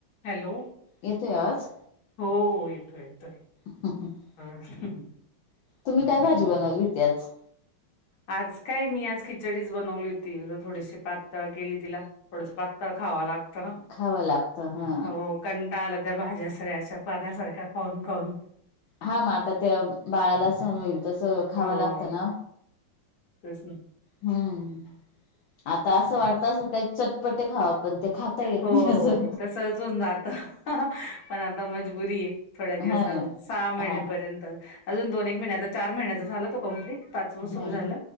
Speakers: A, on the left; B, on the left.
A: Hello.
B: येतोय आवाज?
A: हो येतोय येतोय.
B: <inaudible>
A: होय.
B: तुम्ही काय भाजी बनवली होती आज?
A: आज काय मी आज खिचडीच बनवली होती, थोडीशी पातळ केली तिला थोडस पातळ खाव लागतं न,
B: खावं लागतं हा
A: हो. कंटाळा आला त्या भाज्या सगळ्या अशा पानासारख्या खाऊन खाऊन.
B: हा म आता ते बाळाला सहण होईल. तसं खावं
A: हो,
B: लागतं ना
A: तेच ना.
B: हम्म, आता असं वाटत अस काही चटपटी खाव पण ते खाता येत
A: हो
B: नाही असं
A: तसच हुन जात, पण आता मजबुरी ये. थोड्या दिवस
B: हा ना
A: अजून सहा महिनेपर्यंत
B: हा
A: अजून दोन एक महिने आता चार महिन्याचा झाला तो कंप्लीट पाच व
B: हा
A: सुरू झाल.
B: ना